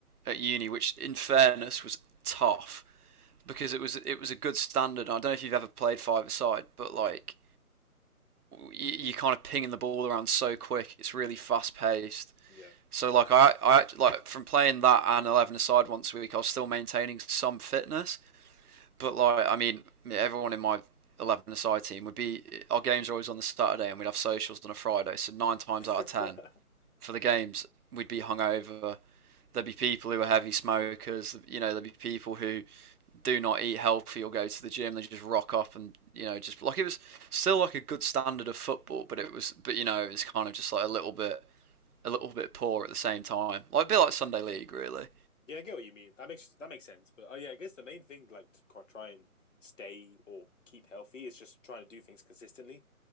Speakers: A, on the right (about 80°); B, on the left (about 55°).
A: at uni, which in fairness was tough because it was it was a good standard. I don't know if you've ever played five a side, but like you, are kind of pinging the ball around so quick. It's
B: hmm
A: really fast paced.
B: Yeah.
A: So like I I like from playing that and eleven a side once a week, I was still maintaining some fitness. But like I mean, yeah, everyone in my eleven a side team would be our games are always on the Saturday and we'd have socials on a Friday. So nine times
B: <laughs>
A: out of ten, for the games, we'd be hungover. There'd be people who are heavy smokers. You know, there'd be people who do not eat healthy or go to the gym. They just rock up and you know, just like it was still like a good standard of football, but it was, but you know, it's kind of just like a little bit, a little bit poor at the same time. Like a bit like Sunday League, really.
B: Yeah, I get what you mean. That makes that makes sense. But oh yeah, I guess the main thing like to ca- try and stay or keep healthy is just trying to do things consistently.